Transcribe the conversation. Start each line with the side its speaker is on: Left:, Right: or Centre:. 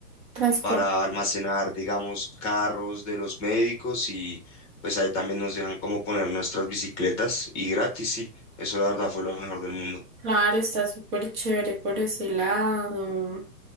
Right: transporte.
Left: para almacenar, digamos, carros de los médicos y pues ahí también nos dejan como poner nuestras bicicletas y gratis, sí. Eso la verdad fue lo mejor del mundo.
Right: Claro, está súper chévere por ese lado.